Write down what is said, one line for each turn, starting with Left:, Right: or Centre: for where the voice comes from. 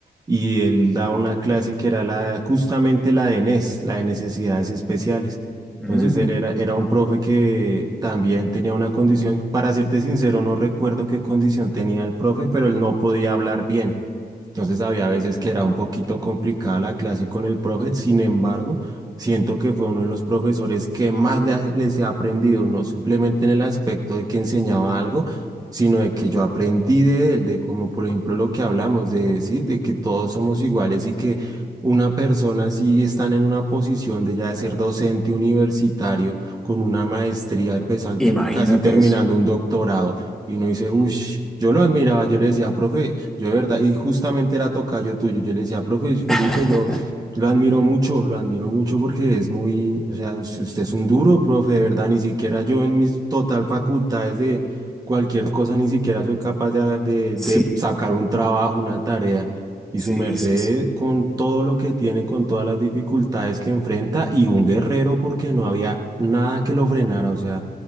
Right: y él daba una clase que era la, justamente la de NES, la de necesidades especiales. Entonces
Centre: Mm,
Right: él era, era un profe que también tenía una condición, para serte sincero, no recuerdo qué condición tenía el profe, pero él no podía hablar bien. Entonces había veces que era un poquito complicada la clase con el profe, sin embargo, siento que fue uno de los profesores que más le ha- les he aprendido, no simplemente en el aspecto de que enseñaba algo, sino de que yo aprendí de él, de como por ejemplo lo que hablamos, de decir, de que todos somos iguales y que una persona si están en una posición de ya de ser docente universitario, con una maestría, empezando,
Centre: imagínate
Right: casi terminando
Centre: eso.
Right: un doctorado. Y uno dice, uff, yo lo admiraba, yo le decía, profe, yo de verdad, y justamente era tocayo tuyo, yo le decía, profe, Felipe,
Centre: <laughs>
Right: yo lo admiro mucho, lo admiro mucho porque es muy, o sea, us- usted es un duro, profe, de verdad, ni siquiera yo en mis total facultades de cualquier cosa, ni siquiera soy capaz de, de,
Centre: Sí,
Right: de sacar un trabajo, una tarea. Y
Centre: sí,
Right: su merced
Centre: sí, sí.
Right: con todo lo que tiene, con todas las dificultades que enfrenta, y un guerrero porque no había nada que lo frenara, o sea.